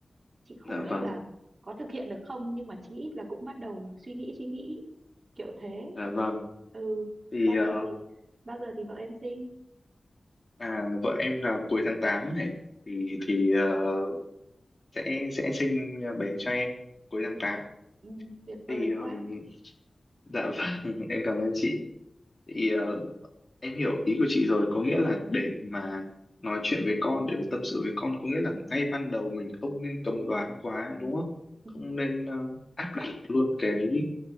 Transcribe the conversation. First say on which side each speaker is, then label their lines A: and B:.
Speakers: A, on the right (about 45°); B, on the left (about 35°).
A: chị không
B: dạ
A: biết
B: vâng
A: là có thực hiện được không nhưng mà chí ít là cũng bắt đầu suy nghĩ suy nghĩ kiểu thế
B: Dạ vâng.
A: ừ
B: Thì
A: bao
B: ờ,
A: giờ thì bao giờ thì vợ em sinh
B: à, vợ em là cuối tháng 8 này thì thì ờ, sẽ sẽ sinh bé cho em cuối
A: ừ,
B: tháng tám
A: ừ, tuyệt vời
B: Thì ừm,
A: quá
B: dạ vâng, <laughs> em cảm ơn chị. Thì ờ, em hiểu ý của chị rồi, có nghĩa là để mà nói chuyện với con, để mà tâm sự với con có nghĩa là ngay ban đầu mình không nên cấm đoán quá
A: ừ,
B: đúng không?
A: ừ,
B: Không nên ờ, áp đặt
A: rất
B: luôn cái